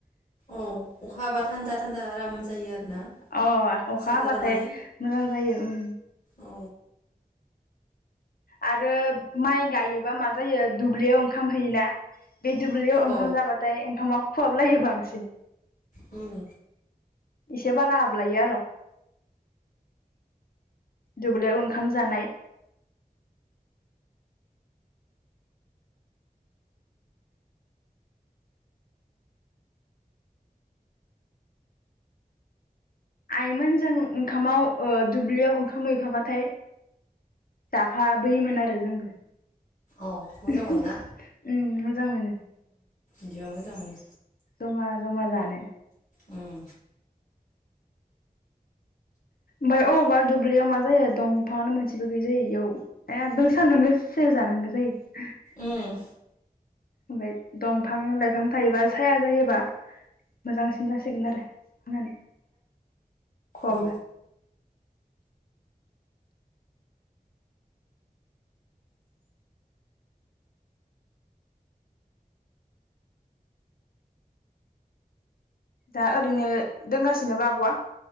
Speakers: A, on the left (about 50°); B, on the left (about 70°).
A: औ अखा हाबा थानदा थान दा आराम जायो आरोना
B: अ अखा
A: साथा
B: हाबाथाय
A: लानानै
B: मोजां जायो उम
A: औ
B: आरो माइ गायोबा मा जायो दुब्लियाव ओंखाम हैयोना बे दुब्लियाव ओंखाम
A: औ
B: जाबाथाय ओंखामा खहाबलायो बांसिन
A: उम
B: इसे बारा हाबलायो आर' दुब्लियाव ओंखाम जानाय आइोमोन जों ओंखामाव ओ दुब्लियाव ओंखाम हैैफाबाथाय जाफाबोयोमोन आरो जोंबो।
A: औ मोजां
B: उम
A: मोनोना
B: मोजां मोनो।
A: इदियाव मोजां मोनो
B: जमा जमा जानो
A: उम
B: ओमफफ्राय अबावबा दुब्लियाव मा जायो दंफाङानो मोनसेबो गैयज जायो इयाव एकदम साननांगौ सेल जानांगौ जायो
A: उम
B: ओमफ्राय दंफां लाइफां थायोबा साया जायोबा मोजांसिन जासिगोन आरो <unintelligible> खवाबो
A: अ
B: दा ओरैनो दोंगासिनो बा आब'आ